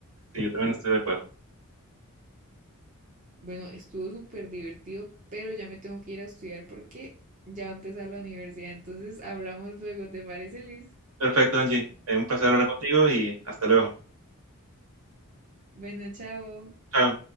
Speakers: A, on the right; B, on the right.
A: Sí, yo también estoy de acuerdo.
B: Bueno, estuvo súper divertido, pero ya me tengo que ir a estudiar porque ya va a empezar la universidad. Entonces, hablamos luego, ¿te parece, Luis?
A: Perfecto, Angie. Eh, un placer hablar contigo y hasta luego.
B: Bueno, chao.
A: Chao.